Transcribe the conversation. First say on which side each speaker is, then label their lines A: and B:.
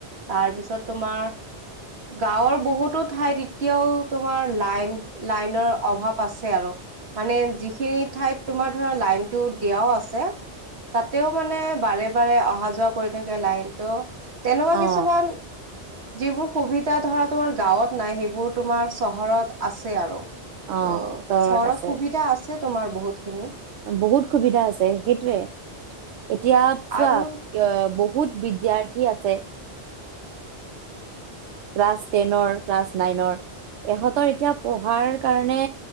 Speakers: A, on the right (about 70°); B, on the right (about 85°).
A: তাৰপিছত তোমাৰ গাঁৱৰ বহুতো ঠাইত এতিয়াও তোমাৰ লাইন লাইনৰ অভাৱ আছে আৰু মানে যিখিনি ঠাইত তোমাৰ ধৰা লাইনটো দিয়াও আছে তাতেও মানে বাৰে বাৰে অহা যোৱা কৰি থাকে লাইনতটো তেনেকুৱা
B: অ
A: কিছুমান যিবোৰ সুবিধা ধৰা তোমাৰ গাঁৱত নাই সেইবোৰ তোমাৰ চহৰত আছে আৰু
B: অ
A: ত' চহৰত
B: আছে
A: সুবিধা আছে তোমাৰ বহুত খিনি
B: বহুত সুবিধা আছে সেইটোৱে এতিয়া চোৱা
A: আৰু
B: বহুত বিদ্যাৰ্থী আছে। ক্লাছ টেনৰ ক্লাছ নাইনৰ ইহঁতৰ এতিয়া পঢ়াৰ কাৰণে